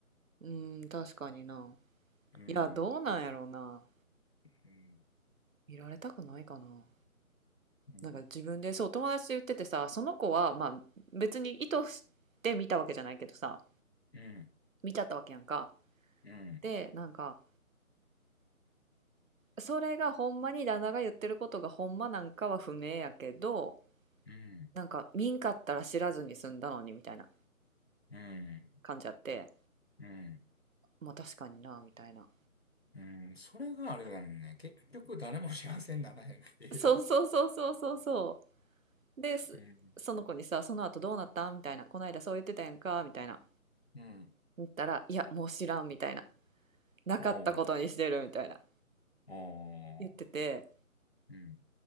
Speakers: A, on the right (about 65°); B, on the left (about 45°).
A: うん、確かにな。
B: うん。
A: いや、どうなんやろうな。
B: うん。
A: 見られたくないかな。
B: うん。
A: なんか自分でそう友達と言っててさ、その子はまあ別に意図して見たわけじゃないけどさ、
B: うん。
A: 見ちゃったわけやんか。
B: うん。
A: で、なんかそれがほんまに旦那が言ってることがほんまなんかは不明やけど、
B: うん。
A: なんか見んかったら知らずに済んだのにみたいな
B: うん。
A: 感じあって、
B: うん
A: まあ確かになみたいな。
B: うんそれがあれだね。結局誰も幸せにならへんっていう。
A: そうそうそうそうそうそう。で、すその子にさ、
B: うん。
A: その後どうなったみたいな。この間そう言ってたやんかみたいな。
B: うん。
A: 言ったら、いや、もう知らんみたいな。なかったことにしてるみたいな。
B: おう。お
A: 言ってて、
B: う。うん。